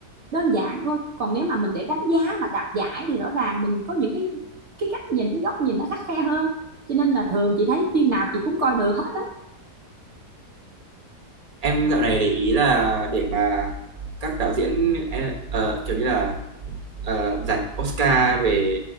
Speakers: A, on the right; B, on the right.
A: đơn giản thôi còn nếu mà mình để đánh giá mà đạt giải thì rõ ràng mình có những cái cái cách nhìn cái góc nhìn nó khắt khe hơn cho nên là thường chị thấy phim nào chị cũng coi được hết đó
B: Em dạo này để ý là để mà các đạo diễn e- ờ, kiểu như là ờ, giải Oscar về